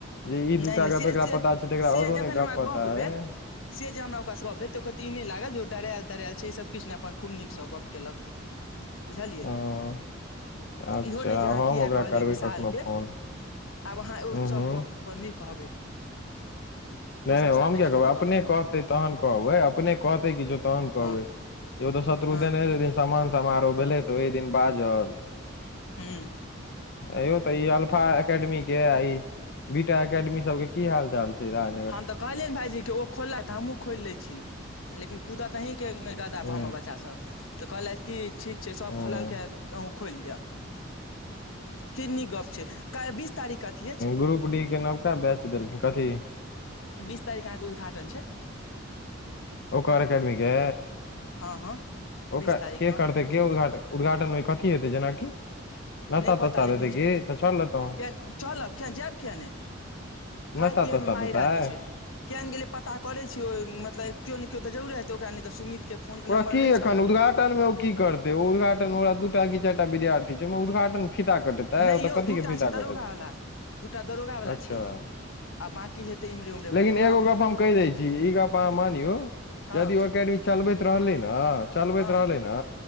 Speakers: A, on the left; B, on the left.
A: जे ई दू
B: नहि
A: टा
B: नहि से
A: गप्प एकरा
B: से
A: पता छै तऽ एकरा
B: से
A: आओर
B: जखन
A: नय गप्प
B: हमरा
A: पता
B: गप भेल
A: यै
B: से जे हमरा ओकरासँ गप भेल तऽ ओ कहत ई नय लागल जे डरायल तरायल छै ईसभ किछ नहि अपन खूब नीकसँ गप्प केलक बुझलियै
A: हँ अच्छा
B: इहो नहि जे अहाँ
A: हम
B: किया
A: ओकरा
B: कहलियै
A: करबै
B: विशालके
A: कखनो फोन
B: आब अहाँ ऊत्सभ
A: हूँ हूँ
B: गपपर नहि कहबै ओ
A: नय नय
B: सब सापेक्ष
A: हम किया कहबै
B: कोनो
A: अपने
B: गप
A: कहत तहन कहबै अपने कहते किछो तहन कहबै
B: हँ
A: यो तऽ शत्रु
B: हँ
A: समान समारोह भेलै तऽ ओहि दिन बाजल
B: हूं
A: आयौ तऽ ई अलफा एकेडमी के ई बीटा एकेडमी सब के की हाल चाल छै राज
B: हम तऽ कहलियै ने भायजी के ओ खोललैथ हमहु खोल ले छी लेकिन कुदत आही के
A: ह
B: बच्चा सब तऽ कहलथ की ठीक छै सब
A: ह
B: खोलके आहू खोलि लिअ की नीक गप छै काल्हि बीस तारीख के अथी अछि
A: ग्रुप डी के नवका बैच देलखिन कथी
B: बीस तारिख अहाँके उद्घाटन छैय
A: ओकर अकडमी के
B: हँ हँ
A: ओकर
B: बीस तारीख
A: के
B: कऽ
A: करतै उद्घाटन मे कथी हेतै जेनाकि नास्ता
B: नहि पता
A: तास्ता
B: लेकिन
A: देतै की तऽ चल लेतौ
B: चलब कि जायब किए नहि खााय
A: नास्ता
B: पिय
A: तास्ता
B: मे माहिर
A: देतै
B: आदमी छी केहन गेल पता करे छीय ओ मतलब केओ नय केओ त जरुरे ओकरा नय तऽ सुमित के फोन
A: ओकरा
B: नम्बर
A: क
B: अछि हमरा
A: एन उद्घाटन मे ओ की करतै ओ उद्घाटन ओरा दू टा क चार टा विद्यार्थी छै उद्घाटन फीता कटेतै
B: नहि
A: ओतऽ
B: यौ
A: कथी
B: दूटा
A: के फीता
B: छै दरोगावला
A: कटेतै
B: दूटा दरोगा वला
A: अच्छा
B: छै आ बाकि हतै इमरे उमरे
A: लेकिन
B: वला त ओका
A: एगो गप हम कहि दै छी ई गप मानौ
B: हँ
A: यदि ओ एकेडमी चलबैत रहलै न चलबैत
B: हँ
A: रहले ने